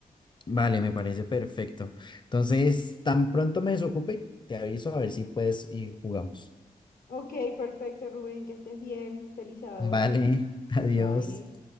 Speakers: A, on the left (about 30°); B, on the left (about 65°).
A: Vale, me parece perfecto. Entonces, tan pronto me desocupe, te aviso a ver si puedes y jugamos.
B: Ok, perfecto, Rubén, que estés bien. Feliz sábado.
A: Vale, <laughs> adiós.
B: Bye.